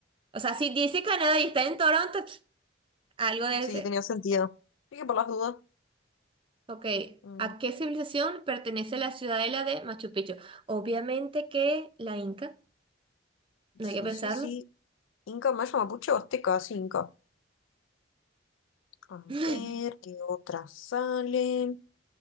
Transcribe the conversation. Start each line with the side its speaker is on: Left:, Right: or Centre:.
Right: O sea, si dice Canadá y está en Toronto, <sniffs> pf, algo debe
Left: Sí,
Right: ser.
Left: tenía sentido. Sí, que por las dudas.
Right: Ok,
Left: Mm,
Right: ¿a qué civilización pertenece la ciudadela de Machu Picchu? Obviamente que la Inca, no
Left: sí,
Right: hay que pensarlo.
Left: sí, sí. Inca, maya, mapuche, azteca, sí, Inca. A
Right: <laughs>
Left: ver, ¿qué otras salen?